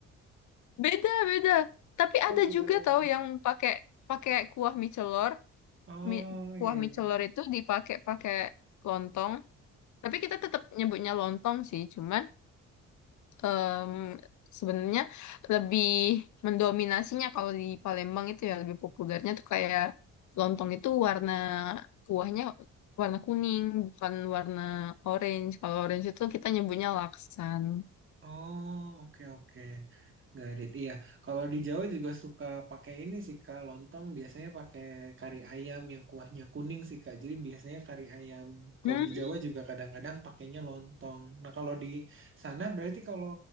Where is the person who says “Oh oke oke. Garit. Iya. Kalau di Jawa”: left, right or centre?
Right